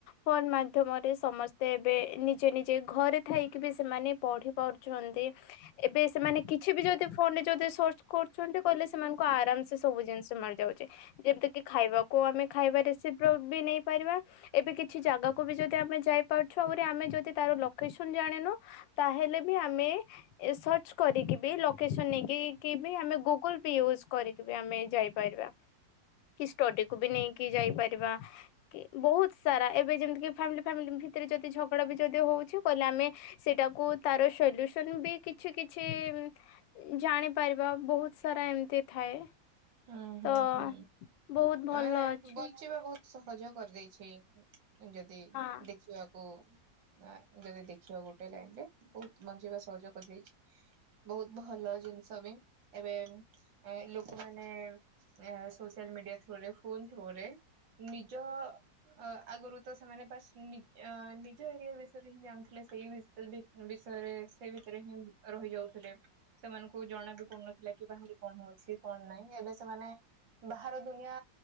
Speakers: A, on the left; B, on the right.
A: ଫୋନ ମାଧ୍ୟମରେ ସମସ୍ତେ ଏବେ ନିଜେ ନିଜେ ଘରେ କଥା ହେଇକି ବି ସେମାନେ ପଢି ପାରୁଛନ୍ତି ଏବେ ସେମାନେ କିଛି ବି ଯଦି ଫୋନ ରେ ଯଦି ସର୍ଚ୍ଚ କରୁଛନ୍ତି କହିଲେ ସେମାନଙ୍କୁ ଆରାମ ସେ ସବୁ ଜିନିଷ ମିଳିଯାଉଛି ଯେମିତି କି ଖାଇବା କୁ ଆମେ ଖାଇବା ରେସିପର ବି ନେଇ ପାରିବା ଏବେ କିଛି ଜାଗାକୁ ବି ଯଦି ଆମେ ଯାଇପାରୁଛୁ ଆହୁରି ଆମେ ଯଦି ତାର ଲୋକେସନ ଜାଣିନୁ ତାହେଲେ ବି ଆମେ ଏ ସର୍ଚ୍ଚ କରିକି ବି ଲୋକେସନ ନେଇକି କିବି ଆମେ ଗୁଗୁଲ ପେ ୟୁଜ୍ କରି ବି ଆମେ ଯାଇପାରିବା କି ଷ୍ଟଡିକୁୁ ବି ନେଇକି ଯାଇପାରିବା କି ବହୁତ ସାରା ଏବେ ଯେମିତିି ମି ଫାମିଲି ଫାମିଲି ଭିତରେ ଯଦି ଝଗଡ଼ା ବି ଯଦି ହଉଛି କହିଲେ ଆମେ ସେଟାକୁ ତାର ସଲ୍ୟୁସନ ବି କିଛି କିଛି ଉଁ। ଜାଣିପାରିବା ବହୁତ ସାରା ଏମିତି ଥାଏ।
B: ହୁଁ ହୁଁ
A: ତ
B: ହୁଁ
A: ବହୁତ ଭଲ
B: ଆଁଏ
A: ଅଛି।
B: ବଞ୍ଚିବା ବହୁତ୍ ସହଜ କରିଦେଇଛି ଯଦି
A: ହଁ
B: ଦେଖିବାକୁ ନା ଯଦି ଦେଖିବା ଗୋଟେ ଲାଇନ ରେ ବହୁତ ବଞ୍ଚିବା ସହଜ କରି ଦେଇଛି। ବହୁତ ଭଲ ଜିନିଷ ବି ଏବେ ଏ ଲୋକମା ମାନେ ଏ ସୋସିଆଲ ମିଡିଆ ଥ୍ରୋରେ ଫୋନ ଥ୍ରୋରେ ନିଜ ଅ ଆଗରୁ ତ ସେମାନେ ବାସ ନି ଅ ନିଜ ଏରିଆ ବିଷୟରେ ହିଁ ଜାଣୁଥିଲେ ସେଇ ବିଷ ବିପ ବିଷୟରେ ସେଇ ଭିତରେ ହିଁ ରହି ଯାଉଥିଲେ। ସେମାନଙ୍କୁ ଜଣା ବି ପଡୁନଥିଲା କି ବାହାରେ କଣ ହଉଛି କଣ ନାହିଁ ଏବେ ସେମାନେ ବାହାର ଦୁନିଆ